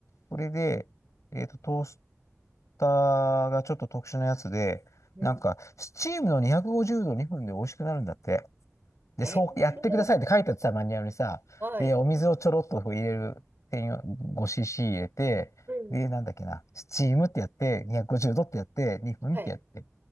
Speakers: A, on the left; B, on the right.
A: これで、えっと、トースターがちょっと特殊なやつで、
B: うん。
A: なんか、スチームの250度2分で美味しくなるんだって。で、
B: ええ
A: そうやってくださいって書いてあってさ、マニュアルにさ、
B: はい。
A: で、お水をちょろっとこう入れる専用 5cc 入れて、
B: うん。
A: で、なんだっけな、スチームってやって、250度ってやって、2分ってやって、
B: はい。